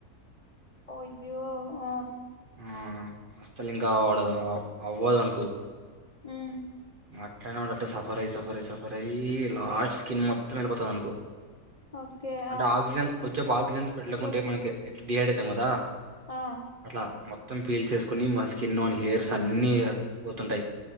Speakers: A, on the left; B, on the right.
A: అయ్యో ఆ
B: ఆ అస్తలు ఇంకా వాడు అవ్వదనుకు
A: ఉమ్
B: అట్లనే వాడు అంటే సఫర్ అయి సఫర్ అయి సఫర్ అయి లాస్ట్ స్కిన్ మొత్తం వెళ్ళిపోతాది వానుకు
A: ఓకే
B: అంటే
A: ఆ
B: ఆక్సిజన్ కొచ్చేపు ఆక్సిజన్ పెట్టకుంటే
A: తువట్
B: మనకి ఎట్లా డిహైడ్ అయితం గదా
A: ఆ
B: అట్లా మొత్తం పీల్ చేసుకుని మా స్కిన్ వాని హెర్స్ అన్ని పోతుంటయి